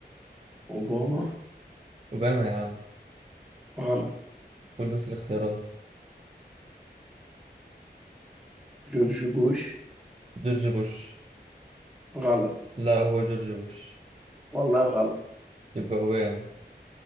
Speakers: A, in the centre; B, on the right.
A: أوباما
B: أوباما يا عم
A: غلط
B: قول بس الاختيارات
A: جورج بوش
B: جورج بوش
A: غلط
B: لا هو جورج بوش
A: والله غلط
B: يبقى أوباما